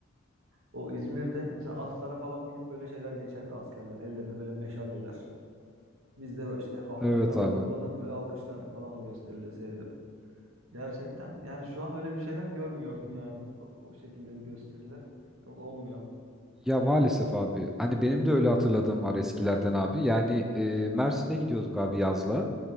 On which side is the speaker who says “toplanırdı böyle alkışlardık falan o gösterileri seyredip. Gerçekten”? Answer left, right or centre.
Right